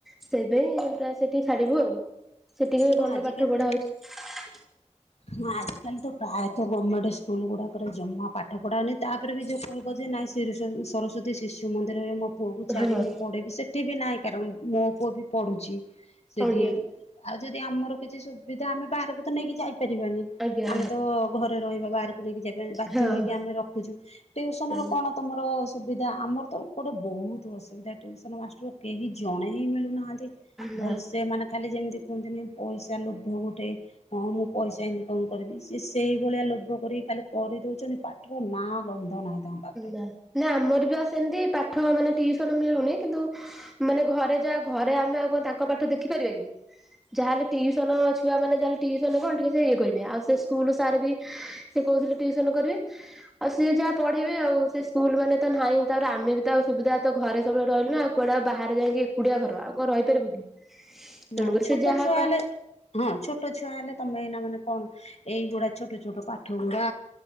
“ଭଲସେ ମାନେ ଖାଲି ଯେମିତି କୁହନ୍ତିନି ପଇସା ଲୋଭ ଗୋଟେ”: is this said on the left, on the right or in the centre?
Left